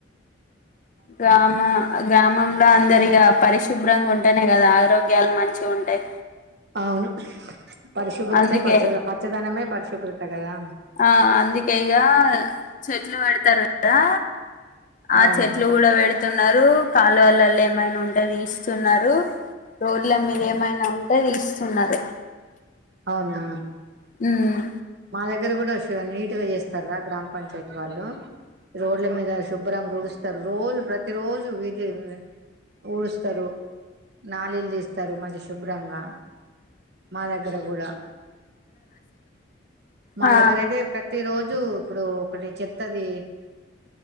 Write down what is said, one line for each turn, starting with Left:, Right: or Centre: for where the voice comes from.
Left: గ్రామ గ్రామంలో అందరిగా పరిశుభ్రంగా ఉం అంటనే కదా ఆరోగ్యాలు మంచి ఉంటాయి
Right: అవును పరిశుభ్రతే
Left: అందుకే
Right: ప పచ్చదనమే పరిశుభ్రత కదా
Left: ఆ అందుకేగా చెట్లు పెడతారు కదా ఆ
Right: అవును
Left: చెట్లు గుడ వేడ తున్నారు కాళ్లువళ్ళలో ఏమైన ఉంటే థీస్తున్నారు రోడ్ల మీద ఏమైనా తో తీస్తున్నరు
Right: అవునా
Left: హ్మ్మ్
Right: మా దగ్గర కూడ వస్ నీట్గా చేస్తారా గ్రామ పంచాయతీ వాళ్ళు రోడ్ల మీద శుభ్రంగ వూడుస్తారు రోజు ప్రతి రోజు విధి ఊడుస్తరు నళీళ్లు తీస్తారు మంచి శుభ్రంగ మా దగ్గర గుడ మా
Left: ఆ
Right: దగ్గర అయితే ప్రతి రోజు రోజు ఇప్పుడు ఒకటి చెత్తది